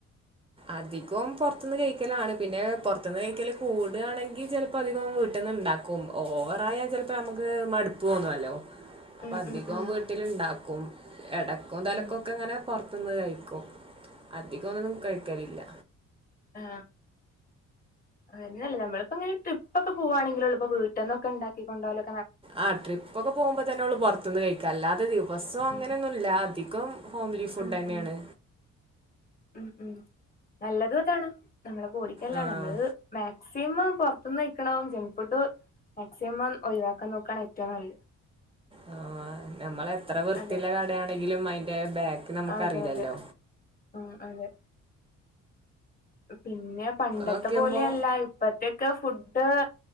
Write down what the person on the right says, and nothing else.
അധികോം പൊറത്ത്ന്ന് കഴിക്കലാണ് പിന്നെ പൊറത്ത്ന്ന് കഴിക്കല് കൂടാണെങ്കിൽ ചെലപ്പോ അധികം വീട്ടിൽന്ന് ഇണ്ടാക്കും ഓവറയാാൽ ചെലപ്പോ നമ്മുക്ക് മടുപ്പ് തോന്നുന്നല്ലോ
അ അധികം
വീട്ടിൽ ഇണ്ടാക്കും എടക്കും തലക്കും
ഒക്കെ ഇങ്ങനെ പൊറത്ത് റത്ത്ന്ന് കഴിക്കും അധികം ഒന്നും കഴ ഇല്ല
ആ ട്രിപ്പ് ഒക്കെ പോകുമ്പോ തന്നെ ഒള്ളൂ പൊറത്ത്ന്ന് കഴിക്കാ അല്ലാതെ ദിവസം അങ്ങനെയൊന്നുല്ല
അധി കം ഹോംലി ഫുഡെന്നേണ്
ആഹ്
ആ നമ്മള് എത്ര വൃത്തില്ല
കടാണെങ്കിലും അയിന്റെ ബാക്ക് നമുക്ക്റിയില്ലല്ലോ
നോക്കിയുമ്പോ